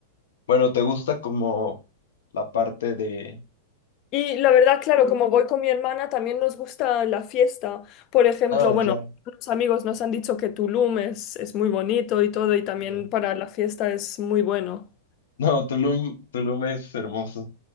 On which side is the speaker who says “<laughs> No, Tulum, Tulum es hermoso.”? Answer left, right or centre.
Left